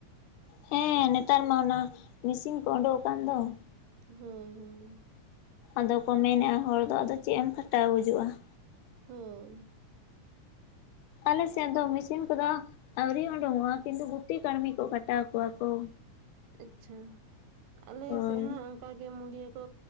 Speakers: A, on the left; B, on the right.
A: ᱦᱮᱸ ᱱᱮᱛᱟᱨ ᱢᱟ ᱚᱱᱟ ᱢᱤᱥᱤᱱ ᱠᱚ ᱚᱰᱚᱠ ᱟᱠᱟᱱ ᱫᱚ ᱾
B: ᱦᱩᱸ ᱦᱩᱸ ᱾
A: ᱟᱫᱚ ᱠᱚ ᱢᱮᱱᱮᱜᱼᱟ ᱦᱚᱲ ᱫᱚ ᱟᱫᱚ ᱪᱮᱫ ᱮᱢ ᱠᱷᱟᱴᱟᱣ ᱜᱩᱡᱩᱜᱼᱟ ᱾
B: ᱦᱚᱭ ᱾
A: ᱟᱞᱮᱥᱮᱫ ᱫᱚ ᱢᱤᱥᱤᱱ ᱠᱚᱫᱚ ᱟᱹᱣᱨᱤ ᱚᱸᱰᱚᱠᱚᱜᱼᱟ ᱠᱤᱱᱛᱩ ᱜᱩᱛᱤ ᱠᱟᱹᱲᱢᱤ ᱠᱚ ᱠᱷᱟᱴᱟᱣ ᱠᱚᱣᱟ ᱠᱚ ᱾
B: ᱟᱪᱪᱷᱟ ᱟᱞᱮ
A: ᱦᱳᱭ
B: ᱥᱮᱫ ᱦᱚᱸ ᱚᱱᱠᱟ ᱜᱮ ᱢᱩᱞᱭᱟᱹ ᱠᱚ